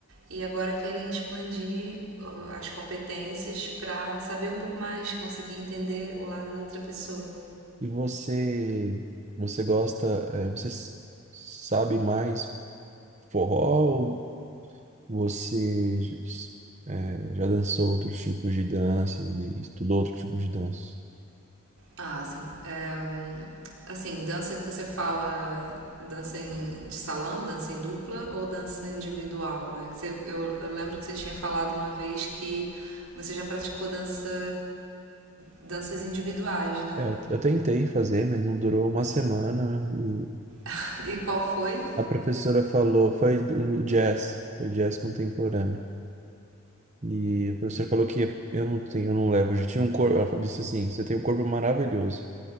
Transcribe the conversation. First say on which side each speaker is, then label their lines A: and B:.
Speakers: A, on the right; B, on the right.
A: e agora querem expandir uh, as competências para saber um pouco mais, conseguir entender o lado da outra pessoa.
B: E você, você gosta, eh, você s- sabe mais forró ou você eh, já dançou outros tipos de danças e estudou outros tipos de danças?
A: Ah, sim. É, hum, assim, dança que você fala dança em, de salão, dança em dupla ou dança individual, né? Que você- eu, eu lembro que você tinha falado uma vez que você já praticou dança danças individuais, né?
B: É, eu, eu tentei fazer, mas não durou uma semana. E
A: <laughs> E qual foi?
B: a professora falou, foi no jazz, foi jazz contemporâneo. E a professora falou que eu não tenho, eu não levo, eu tinha um corpo, ela falou- disse assim, você tem um corpo maravilhoso,